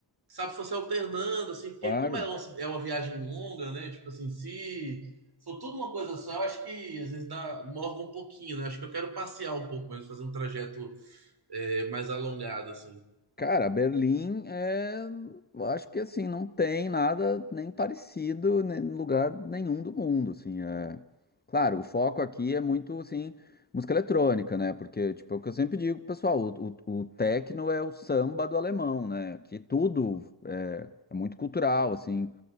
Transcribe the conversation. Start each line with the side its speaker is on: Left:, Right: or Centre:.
Right: sabe, se fosse alternando, assim, porque
Left: <laughs> claro.
Right: como é, um- é uma viagem longa, né? Tipo assim, se for tudo uma coisa só, eu acho que às vezes dá, morga um pouquinho, né? Acho que eu quero passear um pouco mesmo, fazer um trajeto é, mais alongado, assim.
Left: Cara, Berlim é. eu Acho que assim, não tem nada nem parecido em lugar nenhum do mundo, assim. É... Claro, o foco aqui é muito, assim, música eletrônica, né? Porque, tipo, é o que eu sempre digo, pessoal, o, o, o techno é o samba do alemão, né? Aqui tudo é, é muito cultural, assim.